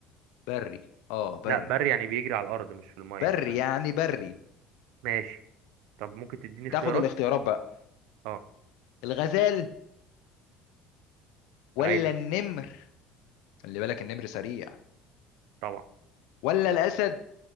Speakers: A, on the left; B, on the right.
A: بري اه بري
B: لا بري يعني بيجري على الارض مش في الميه
A: بري
B: تمام.
A: يعني بري
B: ماشي طب ممكن تديني اختيارات
A: تاخد الاختيارات بقى
B: اه
A: الغزال ولا
B: رايقه
A: النمر خلي بالك النمر سريع
B: طبعا
A: ولا الاسد